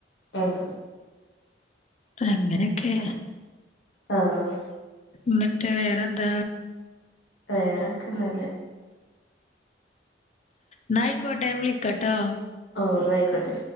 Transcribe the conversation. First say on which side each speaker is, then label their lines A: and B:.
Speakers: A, on the left (about 70°); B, on the left (about 40°).
A: ആഹ്
B: അങ്ങനെക്കെ
A: ആഹ്
B: ന്നിട്ട് വേറെന്താ?
A: വേറൊക്കെ ഒന്നുമില്ല
B: ന്നായ്ക്കോട്ട ഞാൻ വിളിക്കട്ടോ?
A: ഓ എന്നായിക്കോട്ടെ